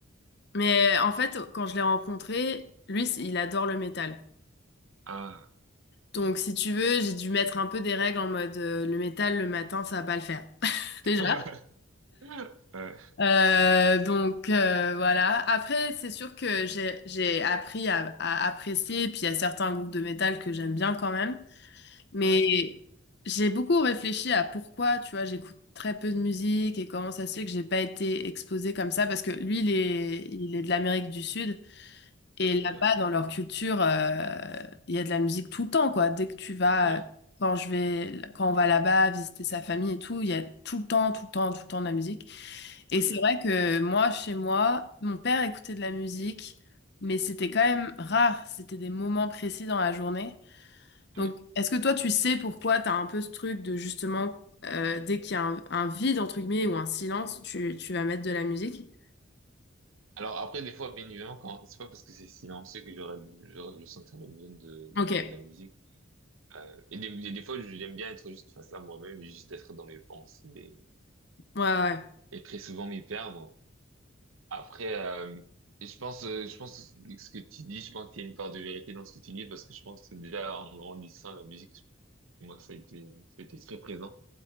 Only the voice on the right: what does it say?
Ah.
<laughs>
Ouais.
Ouais.
Ok.
Ouais.
Ouais.
Ok,
oui.
Alors après, des fois, bien évidemment, quand c'est pas parce que c'est silencieux que j'aurais, j'aurais, je sentir le besoin de, de
mettre
de la musique. Euh, et des, et des fois, j'aime bien être juste face à moi-même et juste être dans mes pensées et,
et très souvent m'y perdre. Après, euh, et je pense, euh, je pense que ce que tu dis, je pense qu'il y a une part de vérité dans ce que tu dis parce que je pense que déjà en grandissant, la musique, moi, ça a été, ça a été très présent.